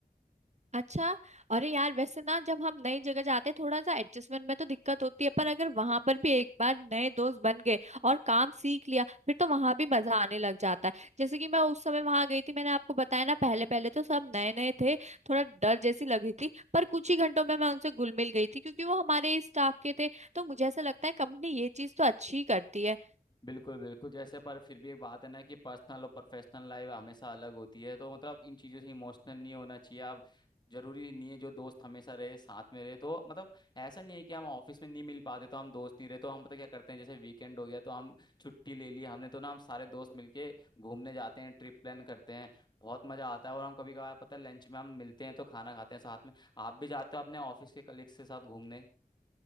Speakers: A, on the right (about 45°); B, on the left (about 25°).
A: अच्छा अरे यार वैसे ना जब हम नई जगह जाते हैं थोड़ा सा एडजस्टमेंट में तो दिक्कत होती है पर अगर वहां पर भी एक बार नए दोस्त बन गए और काम सीख लिया फिर तो वहां भी मजा आने लग जाता है जैसे कि मैं उस समय वहां गई थी मैंने आपको बताया ना पहले पहले तो सब नए नए थे थोड़ा डर जैसी लग रही थी पर कुछ ही घंटों में मैं उनसे घुल मिल गई थी क्योंकि वो हमारे ही स्टाफ के थे तो मुझे ऐसा लगता है कंपनी ये चीज तो अच्छी ही करती है
B: बिल्कुल बिल्कुल जैसे पर फिर भी एक बात है ना कि पर्सनल और प्रोफेशनल लाइफ हमेशा अलग होती है तो मतलब इन चीज़ों से इमोशनल नहीं होना चाहिए आप जरूरी नहीं है जो दोस्त हमेशा रहे साथ में रहे तो मतलब ऐसा नहीं है कि हम ऑफिस में नहीं मिल पाते तो हम दोस्त नहीं रहे तो हम पता क्या करते हैं जैसे वीकेंड हो गया तो हम छुट्टी ले ली हमने तो ना हम सारे दोस्त मिलके घूमने जाते हैं ट्रिप प्लान करते हैं बहुत मजा आता है और हम कभी कभार पता है लंच में हम मिलते हैं तो खाना खाते हैं साथ में आप भी जाते हो अपने ऑफिस के कलीग्स के साथ घूमने